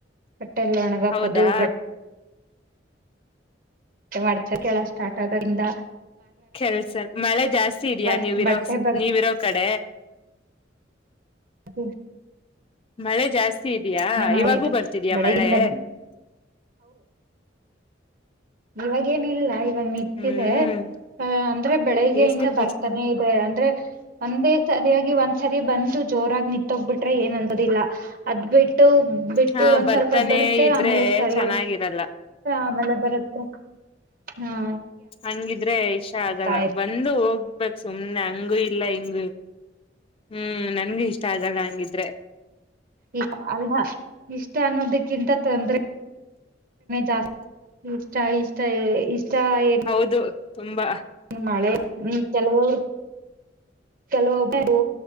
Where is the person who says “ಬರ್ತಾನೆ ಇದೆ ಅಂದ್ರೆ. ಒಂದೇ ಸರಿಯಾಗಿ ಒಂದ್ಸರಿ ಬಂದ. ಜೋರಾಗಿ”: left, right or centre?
Right